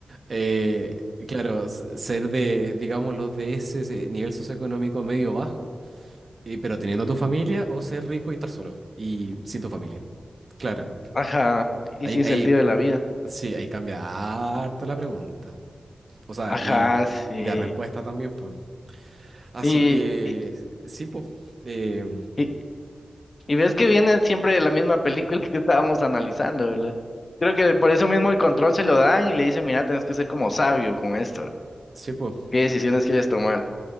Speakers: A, on the right (about 50°); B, on the left (about 50°).
A: eh, claro, s- ser de, digamos, los de ese ese nivel socioeconómico medio bajo Eh, pero teniendo tu familia o ser rico y estar solo y sin tu familia. Claro.
B: ajá, y
A: Ahí,
B: sin
A: ahí,
B: sentido de la vida.
A: sí, ahí cambia harto la pregunta. O sea,
B: Ajá,
A: y,
B: sí.
A: y- y la respuesta también, pues. Así
B: Y,
A: que,
B: y,
A: sí, pues. Eh,
B: y, y ves que viene siempre la misma película que estábamos analizando, ¿verdad? Creo que por eso mismo el control se lo dan y le dicen, mira, tienes que ser como sabio con esto.
A: sí, pues
B: ¿Qué decisiones quieres tomar?